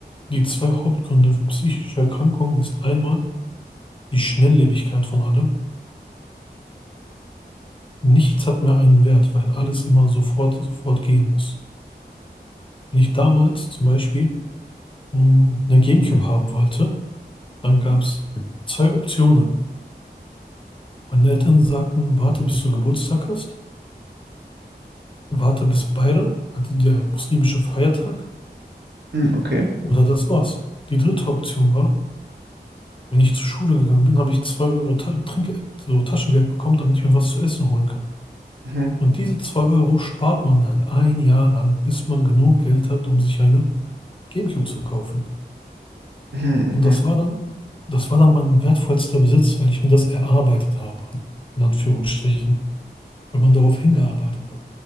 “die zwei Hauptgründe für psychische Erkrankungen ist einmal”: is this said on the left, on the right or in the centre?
Left